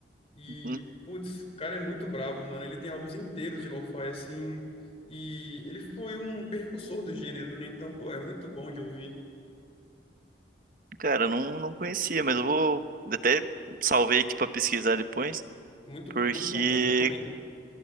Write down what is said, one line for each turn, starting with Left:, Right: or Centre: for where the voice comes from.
Left: E,
Right: Uhum.
Left: putz, o cara é muito brabo, mano. Ele tem álbuns inteiros de lo-fi, assim. E ele foi um precursor do gênero, né? Então, pô, é muito bom de ouvir.
Right: Cara, eu não, não conhecia, mas eu vou. Até salvei aqui pra pesquisar depois.
Left: Muito,
Right: Porque,
Left: é muito bom, cara. Recomendo.